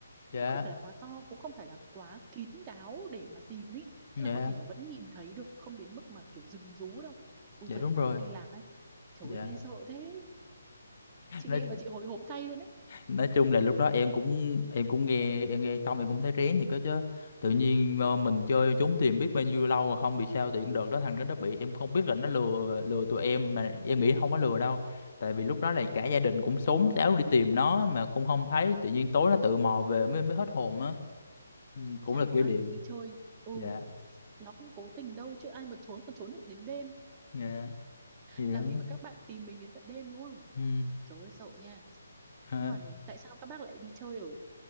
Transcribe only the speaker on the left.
dạ
dạ
dạ
đúng
rồi
dạ
nói
nói chung là lúc đó em cũng em cũng nghe em nghe xong em cũng thấy rén thì có chứ tự nhiên ờ, mình chơi trốn tìm biết bao nhiêu lâu rồi không bị sao tiện đợt đó thằng đó nó bị em không biết là nó lừa lừa tụi em mà em nghĩ không có lừa đâu tại vì lúc đó là cả gia đình cũng xốn xáo đi tìm nó mà không không thấy tự nhiên tối nó tự mò về mới mới hết hồn á Ừ, cũng
là kỷ
niệm
dạ
dạ gì
đó
ừ.
ha.